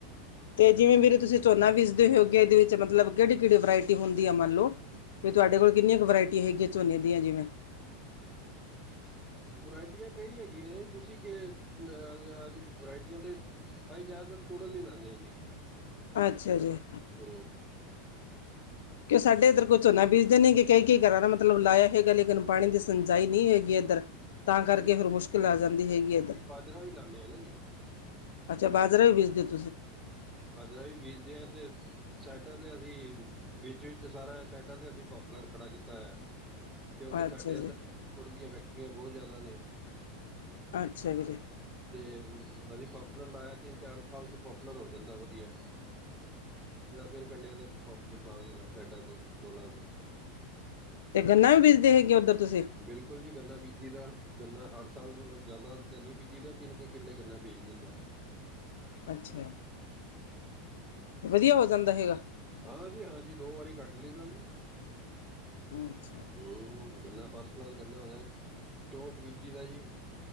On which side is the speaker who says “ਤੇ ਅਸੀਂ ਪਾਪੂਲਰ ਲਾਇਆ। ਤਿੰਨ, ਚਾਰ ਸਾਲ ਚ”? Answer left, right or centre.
Centre